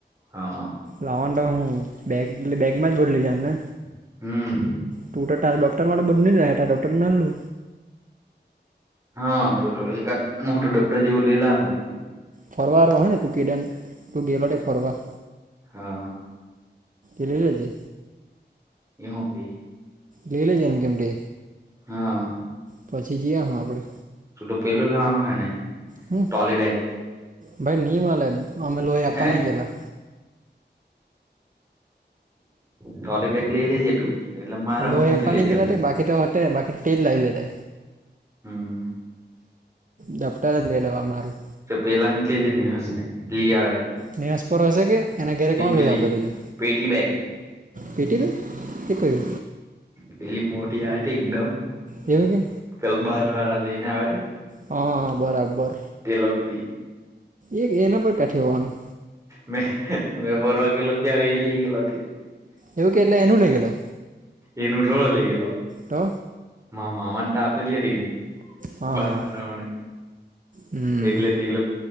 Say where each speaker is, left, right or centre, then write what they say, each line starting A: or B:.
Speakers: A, on the right; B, on the right.
A: હા.
B: લાવનું તો હું બેગ બેગમાં જ બધું લઈ જવાને એમને.
A: હમ
B: તું તો તારા ડોક્ટર માટે બધું <unintelligible> તાર ડોક્ટર ના લુ.
A: હા પેલો એ મોટું ડપ્ટર જેવું લઈલા મે તો.
B: ફરવા હોય ને તું કેડન તું ગેલો ને ફરવા.
A: હા.
B: ઇ લ‌ઇ લેજે.
A: એ હું કયે.
B: લેલેજે એમ કેમ તે.
A: હા.
B: પછી જઈએ હું આપણે
A: તુ તો પેલુ લેવનો હેને
B: હમ
A: ટોલી બેગ.
B: ભાઈ ની મલે અમે લોય આપ્પાની
A: હે
B: ગેલા.
A: ટોલી બેગ લઈ લેજે તું એટલે મારા
B: લોય
A: હું મૂકી
B: આપ્પાની
A: લેજે
B: ગેલા
A: અંદર
B: તે બાકી તો હતે બાકી ટે જ લાય ઓ તે.
A: હમ.
B: દફતર જ લઈ લેવા મારું
A: તો પેલાને કે જે નિહશ ને લિયાવે.
B: નિહશ પર હશે કે એને ઘેરે કોણ લોઈ
A: પેલી
B: આપેલું છે.
A: પેટી બેગ
B: પેટીને એ કયું?
A: પેલી મોટી આવે તે એકદમ.
B: એવું કે.
A: પેલો બાર વારા લઈને આવે તે.
B: હા, બરાબર
A: તે લોકરી
B: એક એના પર કાઠી હોવાનું.
A: મે મેં ફરવા ગેલો ત્યારે એ લેઈ ગેલો.
B: એવું કેયને એનું લેઈ ગેલો.
A: એનું થોળો લેઈ ગેલો.
B: તો
A: મા મામાને તો આપેલી હતી
B: હા
A: બાર
B: હા
A: બરવાણે.
B: હમ
A: એટલે તે લોક